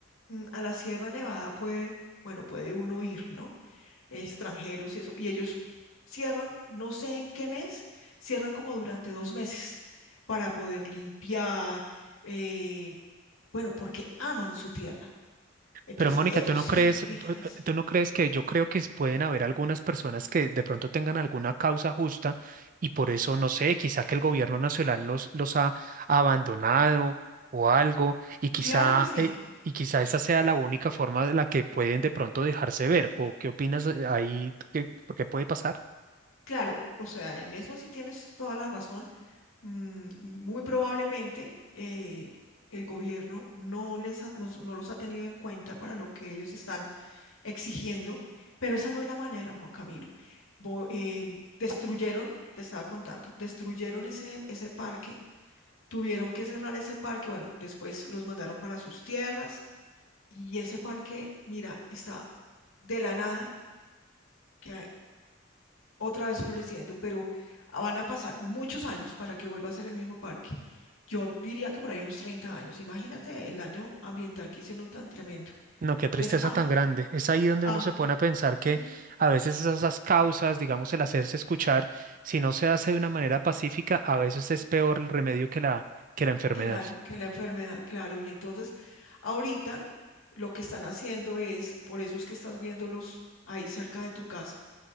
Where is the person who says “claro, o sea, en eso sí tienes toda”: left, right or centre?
Left